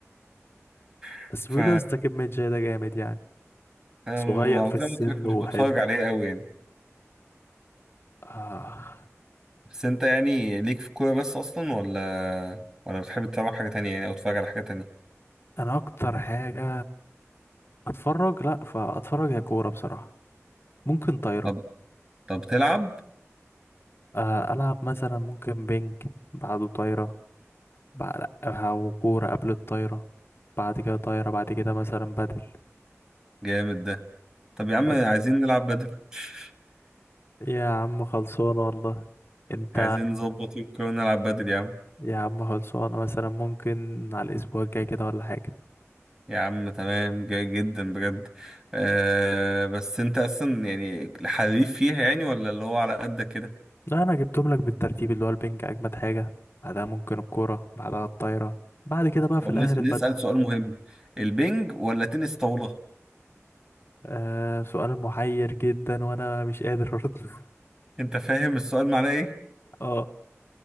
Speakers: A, on the right; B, on the left.
A: <laughs>
B: بس
A: ف
B: بيقولوا يا اسطى كيم من جاي ده جامد يعني
A: انا
B: صغير في
A: م-
B: السن
A: زي ما قلت لك مش
B: وحلو
A: بتفرج عليه قوي يعني
B: آه
A: بس انت يعني ليك في الكوره بس اصلا ولا ولا بتحب تتابع حاجه تانية يعني او تتفرج على حاجه تانية
B: انا اكتر حاجه اتفرج لا فاتفرج يا كوره بصراحه ممكن طايره
A: طب طب تلعب
B: آه، العب مثلا ممكن بينج بعده طايره بعد او كوره قبل الطايره بعد كده طايره بعد كده مثلا بدل
A: جامد ده طب يا عم
B: بس
A: عايزين نلعب بدل <laughs>
B: يا عم خلصانه والله انت
A: عايزين نظبط يوم كده ونلعب بدل يا عم
B: يا عم خلصانه مثلا ممكن على الاسبوع الجاي كده ولا حاجه
A: يا عم تمام جاي جدا بجد آه بس انت اصلا يعني حريف فيها يعني ولا اللي هو على قدك كده
B: لا انا جبتهم لك بالترتيب اللي هو البينج اجمد حاجه بعدها ممكن الكوره بعدها الطايره بعد كده بقى
A: طب
B: في الاخر
A: نس-
B: البدل
A: نسأل سؤال مهم البنج ولا تنس طاولة
B: آه سؤال محير جدا وانا مش قادر ارد <laughs>
A: انت فاهم السؤال معناه ايه
B: اه